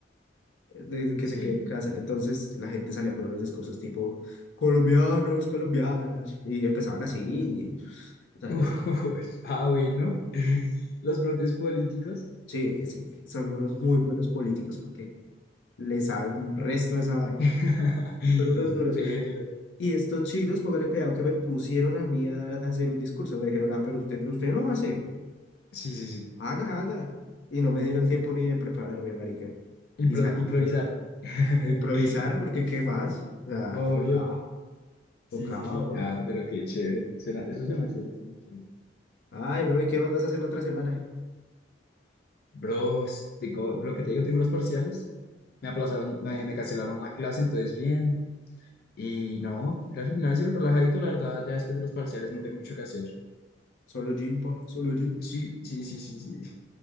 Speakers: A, on the left; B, on the left.
A: desde que
B: Sí.
A: se quedó en casa. Entonces la gente salía con unos discursos tipo colombianos, colombianas, y empezaban así. y, o sea,
B: Uy, <laughs>
A: les-
B: ah, bueno. Los propios políticos.
A: sí, sí, son unos muy buenos políticos, ¿para qué? Le saben resto de esa vaina.
B: <laughs>
A: Son unos duros.
B: Ve, pero.
A: Y estos chinos, póngale cuidado que me pusieron a mí a, a hacer un discurso. Me dijeron, ah, pero usted, usted no va a hacer.
B: Sí, sí, sí.
A: Haga, haga. Y no me dieron tiempo ni de prepararme, marica.
B: Impro-
A: Y salí
B: improvisar.
A: yo
B: <laughs>
A: a improvisar, porque ¿qué más? O sea,
B: Obvio.
A: tocaba, tocaba,
B: Sí, sí, sí.
A: bro.
B: Ah, pero qué chévere. Suena, eso suena chévere, suena chévere.
A: Ay, bro, ¿y qué más vas a hacer la otra semana?
B: Bro, tengo, lo que te digo, tengo los parciales. Me aplazaron, eh, me cancelaron una clase, entonces bien. Y no, ir al gimnasio relajadito, la verdad, ya después de los parciales no tengo mucho que hacer.
A: Solo gym, pa, solo gym.
B: Sí, sí, sí, sí, sí. <laughs>